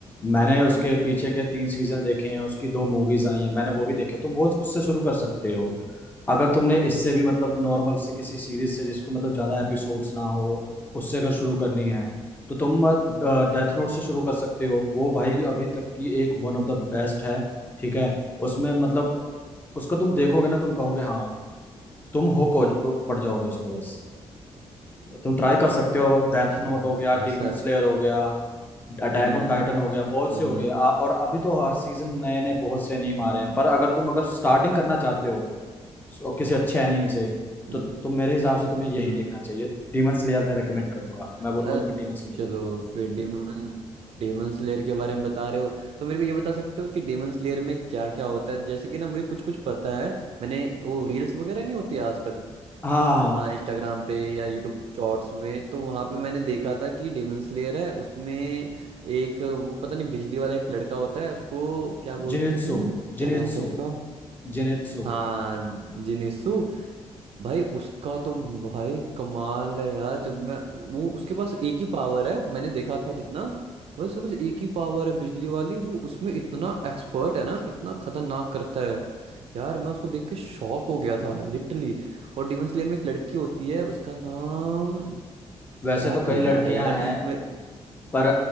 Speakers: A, on the left; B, on the right.
A: मैंने उसके पीछे के तीन सीजन देखे हैं उसकी दो मूवीज आई हैं मैंने वो
B: हम्म
A: भी देखे तुम वो उससे शुरू कर सकते
B: हम्म,
A: हो अगर तुमने इससे भी मतलब नॉर्मल से किसी सीरीज से जिसको मतलब ज़्यादा एपिसोड्स ना हो उससे अगर शुरू करनी है तो तुम डेथ नोट से शुरू कर सकते हो वो भाई अभी तक की एक वन ऑफ द बेस्ट है ठीक है उसमें मतलब उसको तुम देखोगे ना तुम कहोगे हाँ तुम हो कोच पड़ जाओगे उस पे बस तुम ट्राई कर सकते हो डेथ
B: अच्छा
A: नोट हो गया
B: ऐसा
A: डीमन स्लेयर हो गया अटैक
B: हम्म
A: ऑन टाइटन हो गया बहुत
B: हम्म
A: से हो गए आ- और अभी तो हर सीजन नए नए बहुत से एनीम आ रहे हैं पर अगर तुम अगर स्टार्टिंग करना चाहते हो सो- किसी अच्छे एनीम से
B: हम्म
A: तो तु- तुम मेरे हिसाब से तुम्हें यही
B: हम्म,
A: देखना चाहिए डीमन स्लेयर मैं रेकमेंड करूंगा मैं बोलूंगा
B: अ,
A: तुम्हें डीमन स्लेयर देखने
B: चलो
A: के लिए
B: फिर डेमन डेमन स्लेयर के बारे में बता रहे हो तो मेरे को ये बता सकते हो कि डेमन स्लेयर में क्या क्या होता है जैसे कि ना मुझे कुछ कुछ पता है मैंने वो रील्स वगैरह नहीं होती आजकल
A: हाँ हाँ हाँ
B: हाँ इंस्टाग्राम पे या यूट्यूब शॉर्ट्स में तो वहां पे मैंने देखा था कि डेमन स्लेयर है उसमें एक वो पता नहीं बिजली वाला एक लड़का होता है उसको क्या बोलते
A: जिनित्सु
B: हैं क्या
A: जिनित्सु
B: नाम था उसका
A: जिनित्सु
B: हाँ जिनिसु भाई उसका तो भाई कमाल है यार जब मैं वो उसके पास एक ही पावर है मैंने देखा था जितना भाई उसके पास एक ही पावर है बिजली वाली वो उसमें इतना एक्सपर्ट है ना इतना खतरनाक करता है यार मैं उसको देख के शॉक हो गया था लिटरली और डिमन स्लेयर में एक लड़की होती है उसका नाम
A: वैसे
B: याद
A: तो कई
B: क्यों नहीं
A: लड़कियां
B: आ रहा यार
A: हैं
B: <laughs> मैं
A: पर